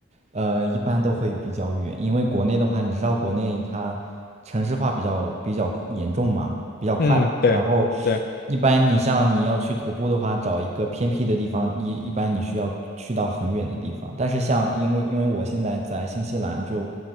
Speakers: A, on the right (about 30°); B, on the left (about 45°).
A: 呃，一般都会比较远，因为国内的话，你知道国内它城市化比较比较酷严重嘛，比较快嘛。
B: 嗯，对对，
A: 然后一般你像你要去徒步的话，找一个偏僻的地方，一一般你需要去到很远的地方。但是像因为因为我现在在新西兰就